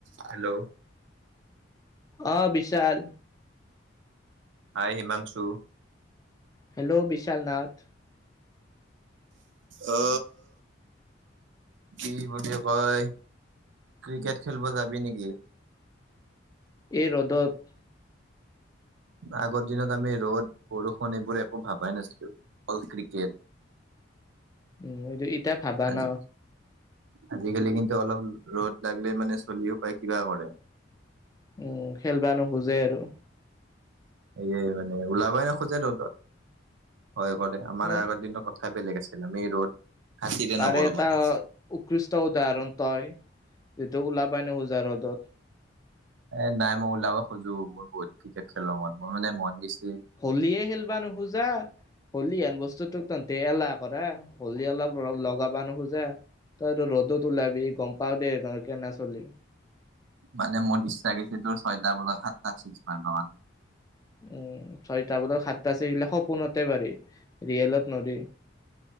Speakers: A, on the right (about 75°); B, on the left (about 20°).
A: Hello
B: অ বিশাল।
A: আই Himanshu.
B: Hello বিশাল নাথ।
A: অ। কি বুলি কয়, ক্ৰিকেট খেলিব যাবি নেকি?
B: এই ৰ'দত।
A: আগৰ দিনত আমি ৰ'দ বৰষুণ এইবোৰ একো ভাবাই অল ক্ৰিকেট। <unintelligible>
B: উম, ইতিয়া ভাবা
A: আজি
B: ন?
A: আজিকালি কিন্তু অলপ ৰ'দ লাগিলে মানে চলি সোপায় কিবা কৰে।
B: উম, খেলব নোখোজে আৰু।
A: হয়, মানে ওলাবাই নখোজে ৰ'দত ভয় কৰে। আমাৰ
B: সেই
A: আগৰ দিনৰ কথাই বেলেগ আছিল। আমি ৰ'দ খাতিৰে
B: তাৰে
A: নকৰো
B: এটা
A: মানে
B: উৎকৃষ্ট উদাহৰণ তই, যিটো ওলাবাই নখোজা ৰ'দত।
A: এ নাই মই ওলাব খোজো মোৰ বহুত ক্ৰিকেট খেলো মন। মোৰ মানে মন গৈছে
B: হ'লিয়ে খেলিবা নোখোজা। হ'লিহেন বস্তু তোক তহতে এলাহ কৰা, হ'লি অলপ লগাব নোখোজে। তই ৰ'দত ওলাবি? গ'ম পাওঁ দে তই কেনে চলি।
A: মানে মোৰ ইচ্ছা গৈছে তোৰ ছয়টা বলত সাতটা চিক্স মাৰব মানে।
B: উম, ছয়টা বজাত সাতটা ছিক্স আহিলে সপোনতে পাৰি ৰিয়েলত নৰি।